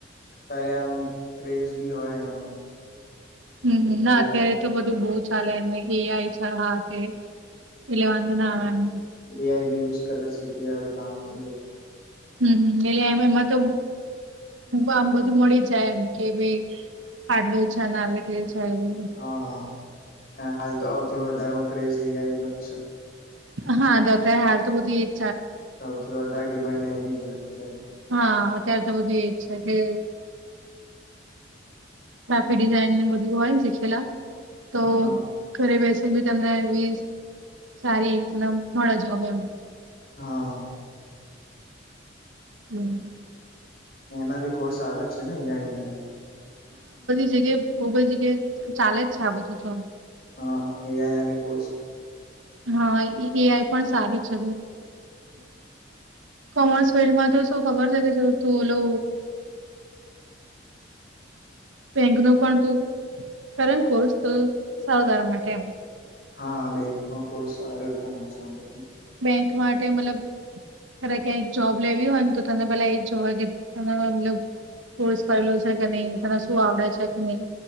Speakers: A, on the left (about 50°); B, on the right (about 90°).
A: અત્યારે આમ ક્રેઝ બી હોય એનો,
B: હમ,
A: એટલે થઈ
B: ના અત્યારે
A: જાય એમ
B: તો બધું બહ ચાલેને એ આઈ હા તે, એલે વાંધ ના આવેમ
A: એઆઈ યુઝ કરે સીધ થઈ જાય
B: હમમ એટલે એમ એમાં તો આમ બધું મળી જાય એમ કે ભાઈ પાડલું ઓછા ના આવી રહ છેું
A: હા અને હાલ તો આવથી વધારેમાં ક્રેઝ એ ન છે
B: હા દોત હાલ તો બધ
A: સૌથી વધારે ડિમાન્ડ એની જોયે અત્યારે
B: હા અત્યારે તો બધું એ જ છે કે ક્રાફિક
A: હમ.
B: ડિઝઇન બધું હોય શીખેલા તો
A: હા
B: ઘરે બેસી બી તમને એવી સારી એવી તમને મળ જો હ એમ
A: હા
B: હમ
A: એના બી કોર્સ આવે જ છે ને એ અહીના બી
B: જગ્યાએ ભોગલ જગ્યાએ ચાલે જ છે આ બધું તો
A: હા એિયાના ભી કો
B: હા એ આઈ પણ સારી છે કોમર્સ ફિલ્ડમાં તો શું ખબર છે કે જો તું ઓલો બેંક ન પણ તું કરણ કોર્સ તો સારધારા માટે
A: હા બેંક નો કોર્સ સારો કોમર્સ માટેથી
B: બેંક માટે મતલબ તરે ક્યાંય જોબ લેવી હોય ને તો તને પેલા એ જોવા કે ત મતલ કોર્સ કરેલો છે કે નહી તને શું આવડે છે કે નહી